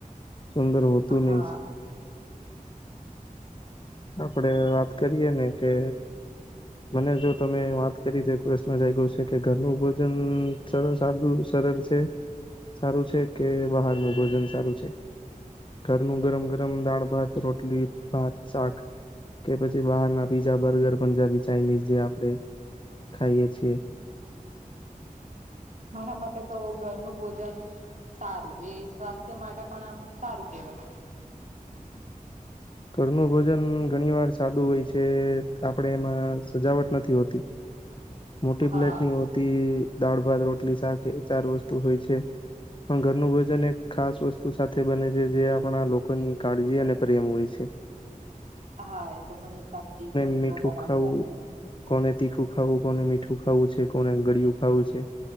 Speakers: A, on the left; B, on the right.
A: સુંદર હોતું
B: હા
A: નહી આપડે વાત કરીએ ને કે મને જો તમે વાત કરી દ પ્રશ્ન થઈ ગયો છે કે ઘરનું ભોજન સર સાદું સરળ છે. સારું છે કે બહારનું ભોજન સારું છે ઘરનું ગરમ ગરમ દાળ. ભાત રોટલી ભાત શાક કે પછી બહાર ના પીઝા બર્ગર પંજાબી ચાાઈનીઝ જે આપડે ખાઈએ છીએ
B: મારા મતે તો ઘરનું ભોજન સારું એ સ્વાસ્થ્ય માટે પણ આમ સારું કેવાય
A: ઘરનું ભોજન ઘણી વાર સાદું હોય છે આપડે એમાં સજાવટ નથી હોતી મોટી
B: હા
A: પ્લેટ ની હો તી દાળ ભાત રોટલી શાક એ ચાર વસ્તુ હોય છે પણ ઘરનું ભોજન એક ખાસ વસ્તુ સાથે બને છે જે આપણા લોકોની કાળજી અને પરિમ હોય છે એ
B: હા એ તો ઘણી સાચી અને
A: મીઠું
B: સો ટકાની
A: ખાવું
B: વાત કીધી
A: કોને તીખું ખાવું કોને મીઠું ખાવું છે કોને ગળિયું ખાવું છે